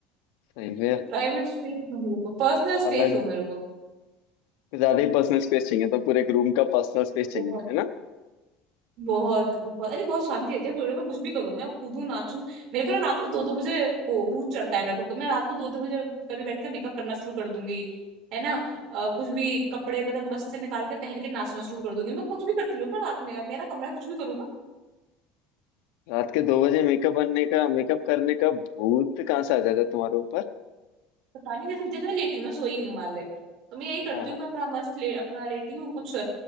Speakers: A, on the left; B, on the right.
A: सही है
B: प्राइवेट स्पेस दो मेरे को पर्सनल स्पेस
A: अलग
B: दो मेरे को
A: कुछ ज्यादा ही पर्सनल स्पेस चाहिए तो पूरे एक रूम का पर्सनल स्पेस
B: बहुत
A: चाहिए है ना
B: बहुत बहुत अरे बहुत शांति रहती है पूरे में कुछ भी करूँ मैं कूदू नाचू मेरे को ना रात को दो दो बजे वो भूत चढ़ता है मेरे को मैं रात को दो दो बजे कभी बैठ कर मेकअप करना शुरू कर दूंगी है ना अ, कुछ भी कपड़े मतलब मस्त से निकाल के पहन के नाचना शुरू कर दूंगी मैं कुछ भी करती हूँ मैं रात में मेरा कमरा है, कुछ भी करूँ मैं
A: रात के दो बजे मेकअप बनने का मेकअप करने का भूत कहाँ से आ जाता है तुम्हारे ऊपर
B: पता नहीं जैसे जैसे मैं लेटी हूँ मैं सोई नहीं हूँ मान ले तो मैं यही करती
A: हाँ
B: हूँ
A: हाँ
B: मैं अपना मस्त ले अपना लेटी हूँ कुछ